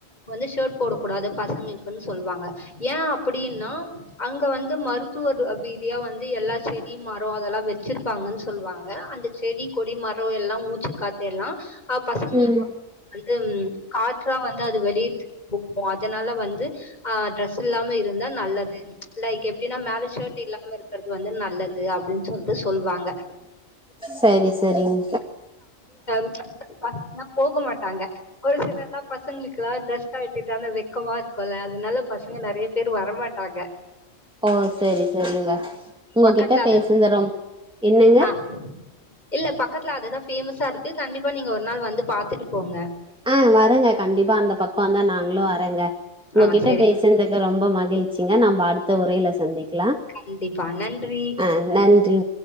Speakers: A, on the left; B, in the centre.
A: வந்து ஷர்ட் போடக் கூடாது பசங்குளுக்குன் சொல்லுவாங்க ஏ அப்டின்னா அங்க வந்து மருத்துவர் பீதியா வந்து எல்லா செடி மரோ அதெல்லா வெச்சிருப்பாங்கன் சொல்வாங்க அந்த செடி கொடி மரோ எல்லா மூச்சு காத்தெல்லா அ பசங்களுக்கு
B: ம்
A: வந்து காற்றா வந்து அது வெளியிட் <unintelligible> அதனால வந்து ஆ ட்ரெஸ் இல்லாம இருந்தா நல்லது லைக் எப்டின்னா மேல ஷர்ட் இல்லாம இருக்கிறது வந்து நல்லது அப்டின் சொல்ட்டு சொல்லுவாங்க
B: சரி சரிங்
A: <inaudible> போக மாட்டாங்க ஒரு சிலர்ல்லா பசங்கெளுக்கு ட்ரெஸ் கலட்டிட்டு அந்த வெக்கமா இருக்குல்ல அதனால பசங்க நெறைய பேர் வரமாட்டாங்க
B: ஆ சேரி சேரிங்க உங்ககிட்ட
A: பக்கத்துல
B: பேசுனது
A: அது
B: ரொம்ப் என்னங்க
A: ஆ இல்ல பக்கத்துல அதுதா பேஃம்ஸா இருக்கு கண்டிப்பா நீங்க ஒரு நாள் வந்து பாத்துட்டு போங்க
B: ஆ வரங்க கண்டிப்பா அந்த பக்கோ வந்தா நாங்களு வரங்க உங்ககிட்ட
A: ஆ சரி
B: பேச த்ந்துக்கு ரொம்ப மகிழ்ச்சிங்க நம்ம அடுத்த உரையில சந்திக்லா
A: கண்டிப்பா. நன்றி.
B: அ நன்றி